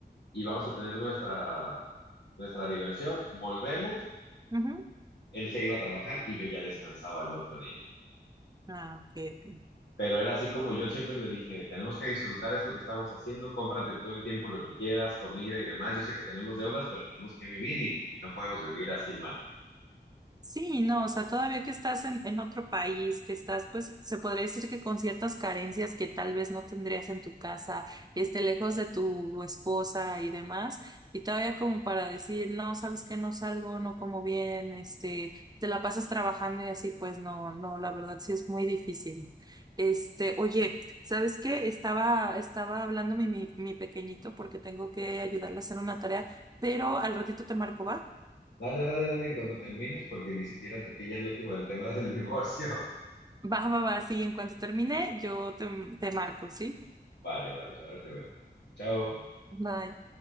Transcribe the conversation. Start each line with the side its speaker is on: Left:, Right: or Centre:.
Left: y vamos a tener nuestra, nuestra diversión, volvemos,
Right: ujú.
Left: él se iba a trabajar y yo ya descansaba el otro día.
Right: Ah, ok, ok.
Left: Pero era así como yo siempre le dije, tenemos que disfrutar esto que estamos haciendo, cómprate todo el tiempo lo que quieras, comida y demás. Yo sé que tenemos deudas, pero tenemos que vivir y, y no podemos vivir así mal.
Right: Sí, no, o sea, todavía que estás en, en otro país, que estás, pues, se podría decir que con ciertas carencias que tal vez no tendrías en tu casa, este, lejos de tu esposa y demás, y todavía como para decir, no, sabes que no salgo, no como bien, este, te la pasas trabajando y así, pues no, no, la verdad sí es muy difícil. Este, oye, ¿sabes qué? Estaba, estaba hablando mi, mi mi pequeñito porque tengo que ayudarle a hacer una tarea, pero al ratito te marco, ¿va?
Left: Dale, dale, dale en cuanto termines, porque ni siquiera toqué ya el último, el tema del divorcio.
Right: Va, va, va, sí, en cuanto termine, yo te, te marco, ¿sí?
Left: <laughs> Vale, vale, ahora te veo. Chao.
Right: Bye.